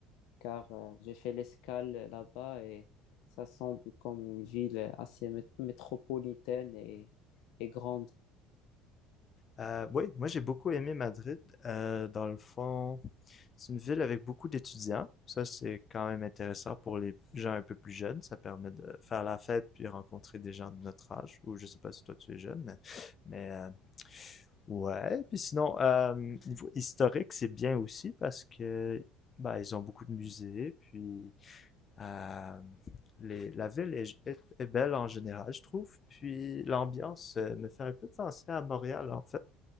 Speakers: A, on the left; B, on the left.
A: Car euh, j'ai fait l'escale là-bas et ça semble comme une ville assez mét- métropolitaine et, et grande.
B: Euh, oui, moi j'ai beaucoup aimé Madrid. Euh, dans le fond. C'est une ville avec beaucoup d'étudiants. Ça, c'est quand même intéressant pour les gens un peu plus jeunes. Ça permet de faire la fête puis rencontrer des gens de notre âge. Ou je sais pas si toi tu es jeune, mais, mais euh, ouais. Puis sinon, euh, niveau historique, c'est bien aussi parce que bah, ils ont beaucoup de musées. Puis euh, les, la ville est, est- est belle en général, je trouve. Puis l'ambiance euh, me fait un peu penser à Montréal, en fait